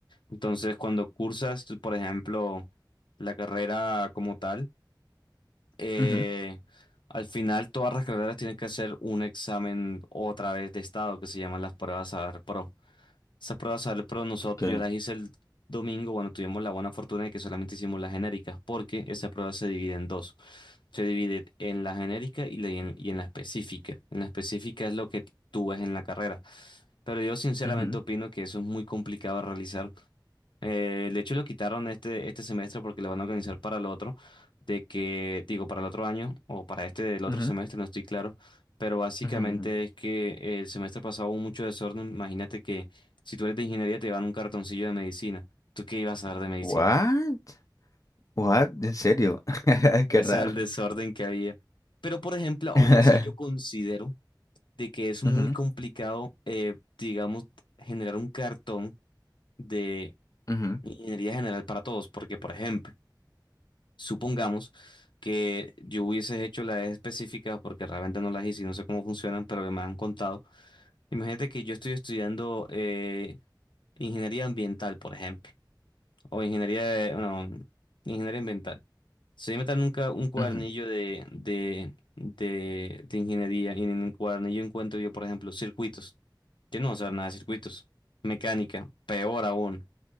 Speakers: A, on the left; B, on the left.
A: Entonces, cuando cursas, tú, por ejemplo, la carrera como tal, eh,
B: ujú, ujú,
A: al final todas las carreras tienen que hacer un examen otra vez de estado que se llaman las pruebas Saber Pro. Esas pruebas salen, pero nosotros,
B: ok,
A: yo las hice el domingo, bueno, tuvimos la buena fortuna de que solamente hicimos las genéricas, porque esa prueba se divide en dos. Se divide en la genérica y, la- y en, y en la específica. En la específica es lo que tú ves en la carrera. Pero yo sinceramente
B: ujú,
A: opino que eso es muy complicado de realizar eh, de hecho, lo quitaron este, este semestre porque lo van a organizar para el otro, de que, digo, para el otro año o para este del otro
B: ujú,
A: semestre, no estoy claro, pero básicamente
B: ujú, ujú.
A: es que el semestre pasado hubo mucho desorden. Imagínate que si tú eres de ingeniería te dan un cartoncillo de medicina. ¿Tú qué ibas a dar de medicina?
B: What? What? ¿En serio? <laughs> Qué
A: Ese
B: raro.
A: era el desorden que había. Pero, por ejemplo, aún
B: <laughs>
A: así yo considero de que es muy
B: Ujú,
A: complicado, eh, digamos, generar un cartón de
B: ujú,
A: ingeniería general para todos, porque, por ejemplo, Supongamos que yo hubieses hecho las específicas porque realmente no las hice y no sé cómo funcionan, pero me han contado. Imagínate que yo estoy estudiando eh, ingeniería ambiental, por ejemplo, o ingeniería de, no, ingeniería ambiental. Si yo me dan nunca un cuadernillo
B: ujú.
A: de, de, de, de ingeniería y en el cuadernillo encuentro yo, por ejemplo, circuitos. Yo no voy a saber nada de circuitos. Mecánica, peor aún.